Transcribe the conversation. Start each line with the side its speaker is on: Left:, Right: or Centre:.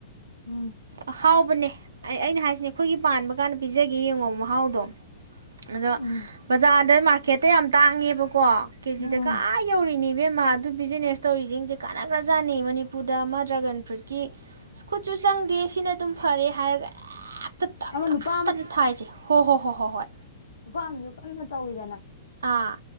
Left: ꯎꯝ
Right: ꯑꯍꯥꯎꯕꯅꯦ ꯑꯩ ꯑꯩꯅ ꯍꯥꯏꯁꯤꯅꯦ ꯑꯩꯈꯣꯏꯒꯤ ꯄꯥꯟꯕ ꯀꯥꯟꯗ ꯄꯤꯖꯒꯦ ꯌꯦꯡꯉꯣ ꯃꯍꯥꯎꯗꯣ ꯑꯗꯖꯗ
Left: ꯎꯝ
Right: ꯃꯥ ꯍꯦꯛꯇ ꯌꯥꯝ ꯇꯥꯡꯉꯦꯕ ꯀꯣ ꯀꯦꯖꯤꯗ
Left: ꯎꯝ
Right: ꯀ
Left: ꯎꯝ
Right: ꯌꯧꯔꯤꯅꯤ ꯏꯕꯦꯝꯃ ꯑꯗꯨ ꯕꯤꯖꯤꯅꯦꯁ ꯇꯧꯔꯤꯁꯤꯡꯁꯦ ꯀꯥꯟꯅ ꯀ꯭ꯔꯖꯥꯠꯅꯩ ꯃꯅꯤꯄꯨꯔꯗ ꯃꯥ ꯗ꯭ꯔꯥꯒꯟ ꯐ꯭ꯔꯨꯏꯠꯀꯤ ꯈꯨꯠꯨꯠ ꯆꯪꯗꯦ ꯁꯤꯅ ꯑꯗꯨꯝ ꯐꯔꯦ ꯍꯥꯏꯔꯒ ꯑ
Left: ꯑꯃ ꯅꯨꯄꯥ
Right: ꯊꯅꯤ ꯊꯦ ꯍꯣ ꯍꯣ ꯍꯣꯏ ꯍꯣꯏ ꯍꯣꯏ
Left: ꯅꯨꯄꯥꯝꯁꯨ ꯀꯟꯅ ꯇꯧꯋꯤꯗꯅ
Right: ꯑꯥ